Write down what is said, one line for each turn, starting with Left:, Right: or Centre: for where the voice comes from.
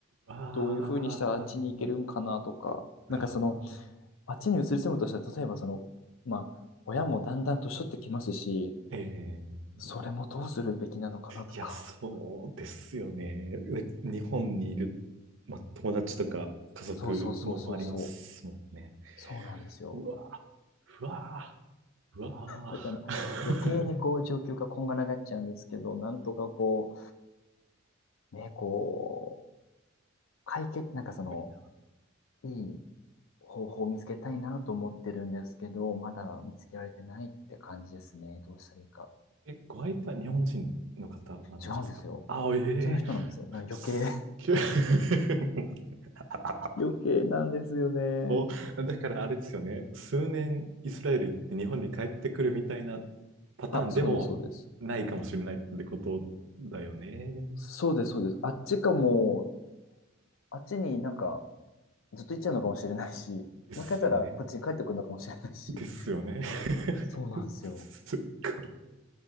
Right: わー、
Left: どういうふうにしたらあっちに行けるんかなとか、
Right: うわ
Left: なんかその、あっちに移り住むとしたら、例えばその、まあ、親もだんだん年取ってきますし、
Right: ー。えー
Left: それもどうするべきなのかなとか。
Right: いや、そうですよね。で日本にいる、まあ、友達とか家族もありますもんね。
Left: そうそうそうそうそう。そうなんですよ。
Right: うわー、うわー、うわー。
Left: だから余計にこう状況がこんがらがっちゃうんですけど、
Right: す
Left: なんとかこう、ね、こう、解決、なんかその、
Right: ごいな。
Left: いい方法を見つけたいなと思ってるんですけど、まだ見つけられてないって感じですね。どうしたらいいか。
Right: え、ご相手は日本人の方なんですかあ、
Left: 違うんですよ。
Right: ええ
Left: あっちの人なんですよ。だから余計。
Right: すっげえ <laughs> あ
Left: <laughs> 余計なんですよね。
Right: こう、だからあれですよね。数年イスラエル行って日本に帰ってくるみたいなパターンでもないかもしれないってことだよね。
Left: あ、そうです、そうです。そうです、そうです。あっちかも、あっちになんかずっと行っちゃうのかもしれないし、
Right: ですよね。
Left: もしかしたらこっちに帰ってくるのかもしれないし。
Right: ですよね。
Left: そうなんですよ。
Right: <laughs> すっ